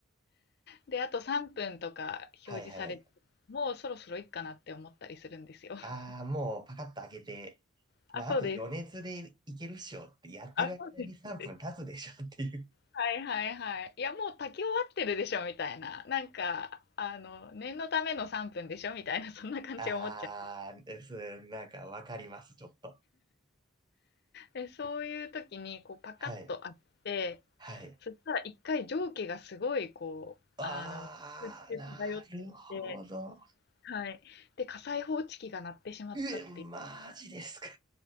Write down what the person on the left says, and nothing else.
で、あと3分とか表示されて、
もうそろそろいっかなって思ったりするんですよ。
<laughs>
あ、
そうです。
あ、そうです、そうです。はいはいはい。いや、もう炊き終わってるでしょ、みたいな。なんか、あの、念のための3分でしょ、みたいな、そんな感じで思っちゃ
う。で、そういう時に、こう、パカッと開けて、
そしたら一回蒸気がすごい、こ
う、空中漂ってきて、
はい。で、火災報知器が鳴ってしまったっていう。